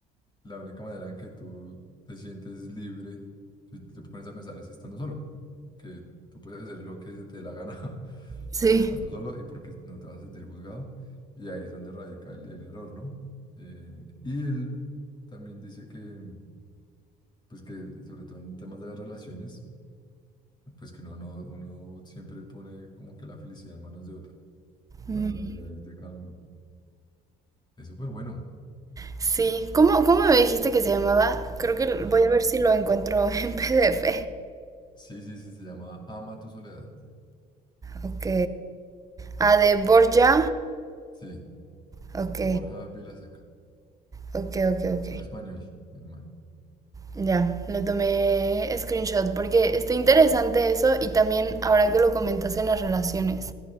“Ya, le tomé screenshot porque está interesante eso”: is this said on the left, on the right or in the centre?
Right